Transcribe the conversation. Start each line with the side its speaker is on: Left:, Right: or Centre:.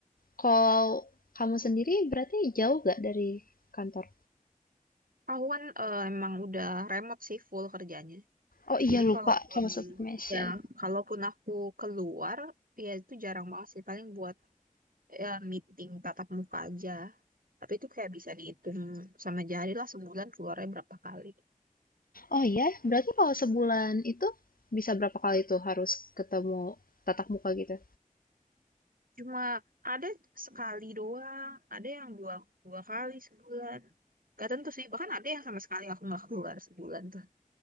Left: Kalau kamu sendiri berarti jauh nggak dari kantor?
Right: Kawan eh, emang udah remote sih full kerjanya
Left: Oh iya
Right: Jadi
Left: lupa,
Right: kalaupun
Left: kamu sempat mention.
Right: ya kalaupun aku keluar ya itu jarang banget sih paling buat ya, meeting tatap muka aja. Tapi itu kayak bisa dihitung sama jari lah sebulan keluarnya berapa kali.
Left: Oh iya, berarti kalau sebulan itu bisa berapa kali tuh harus ketemu tatap muka gitu?
Right: Cuma ada sekali doang, ada yang dua dua kali sebulan. Gak tentu sih, bahkan ada yang sama sekali aku nggak keluar sebulan tuh.